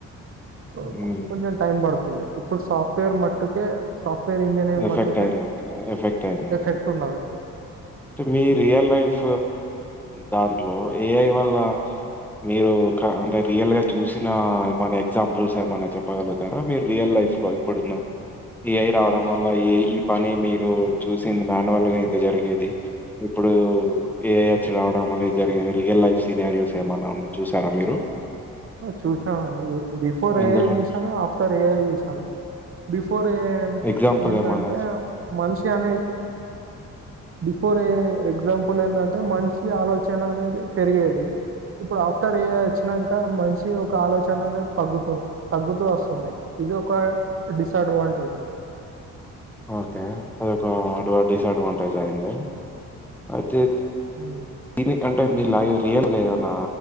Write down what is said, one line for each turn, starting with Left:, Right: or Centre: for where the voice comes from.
Right: సో
Centre: హ్మ్.
Right: కొంచెం టైం పడుతుంది ఇప్పుడు సాఫ్ట్వేర్ మట్టుకే సాఫ్ట్వేర్ ఇంజనీర్
Centre: ఎఫెక్ట్
Right: మట్టుకే
Centre: అయింది. ఎఫెక్ట్ అయింది.
Right: ఎఫెక్ట్ ఉన్నది
Centre: మీ రియల్ లైఫ్ దాంట్లో ఏఐ వల్ల మీరు అంటే రియల్గా చూసిన ఏమైనా ఎగ్జాంపుల్స్ ఏమైనా చెప్పగలుగుతారా మీరు రియల్ లైఫ్ లో ఇప్పుడున్న ఏఐ రావడం వల్ల ఏ ఈ పని మీరు చూసింది మాన్యువల్గా అయితే జరిగేది ఇప్పుడు ఏఐ ఏచ్ రావడం వల్ల జరిగింది రియల్ లైఫ్ సినారియల్స్ ఏమన్నా చూసారా మీరు
Right: చూసామండి బిఫోర్
Centre: ఎందులోని
Right: ఏఐ చూసాను ఆఫ్టర్ ఏఐ చూసాను బిఫో ఫోర్
Centre: ఎగ్జాంపుల్
Right: ఏంటంటే
Centre: ఏమన్నా
Right: మనిషి అనే బిఫోర్ ఏఐ ఎగ్జాంపుల్ ఏందంటే మనిషి ఆలోచన అనేది పెరిగేది ఇప్పుడు ఆఫ్టర్ ఏఐ వచ్చినంక ఇ మంచి ఒక ఆలోచన అనేది తగ్గుతు తగ్గుతూ వస్తుంది. ఇది ఒక డిసడ్వాంటేజ్
Centre: ఓకే అదొక అడ్ డిసఅడ్వాంటేజ్ అయింది అయితే
Right: <inaudible>
Centre: దీని అంటే మీ లైవ్ రియల్లో ఏదైనా